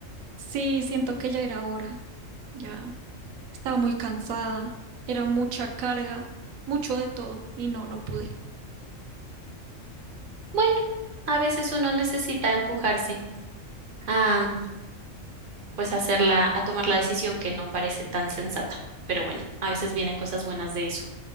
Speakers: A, on the right; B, on the right.
A: Sí, siento que ya era hora. Ya estaba muy cansada. Era mucha carga, mucho de todo y no, no pude.
B: Bueno, a veces uno necesita empujarse a, pues hacerla, a tomar la decisión que no parece tan sensata. Pero bueno, a veces vienen cosas buenas de eso.